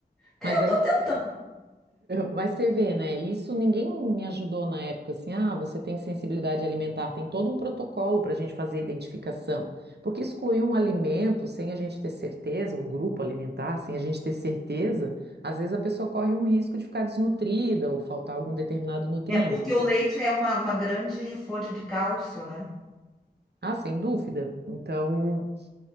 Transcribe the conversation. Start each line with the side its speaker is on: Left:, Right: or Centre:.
Centre: Eu
Right: Mas aí
Centre: tô tentando,
Right: Mas você vê, né? Isso ninguém me ajudou na época, assim, ah, você tem sensibilidade alimentar, tem todo um protocolo para a gente fazer a identificação. Porque excluir um alimento sem a gente ter certeza, um grupo alimentar, sem a gente ter certeza, às vezes a pessoa corre um risco de ficar desnutrida ou faltar algum determinado nutriente.
Centre: é porque o leite é uma, uma grande fonte de cálcio, né?
Right: Ah, sem dúvida. Então,